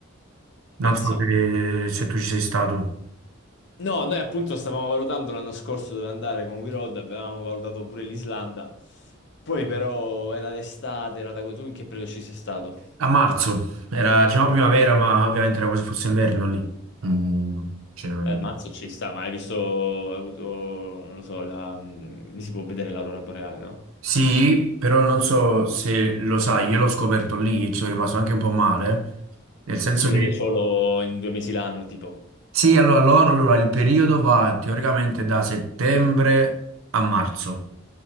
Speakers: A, on the left; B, on the right.
A: Mazza.
B: Non so se se tu ci sei stato.
A: No, noi appunto stavamo valutando l'anno scorso dove andare con We Road, avevamo valutato pure l'Islanda. Poi però era d'estate, era da... Tu in che periodo ci sei stato?
B: A marzo, era diciamo primavera, ma ovviamente era quasi fosse inverno lì. Mm, cioè,
A: Eh, mazzo ci sta, ma hai visto, hai avuto, non lo so, la... lì si può vedere l'aurora boreale, no?
B: Sì, però non so se lo sai, io l'ho scoperto lì e ci sono rimasto anche un po' male, nel senso
A: Si vede
B: che...
A: solo in due mesi l'anno, tipo.
B: Sì, allora, loro- allora, il periodo va teoricamente da settembre a marzo,